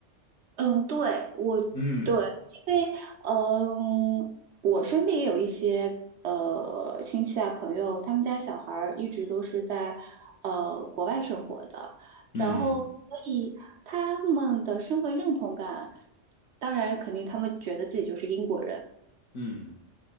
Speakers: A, on the right (about 65°); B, on the left (about 85°).
A: 嗯，对，我对，
B: 嗯
A: 因为嗯，我身边也有一些呃亲戚啊朋友，他们家小孩儿一直都是在呃国外生活的，
B: 嗯
A: 然后所以他们的身份认同感，当然肯定他们觉得自己就是英国人，
B: 嗯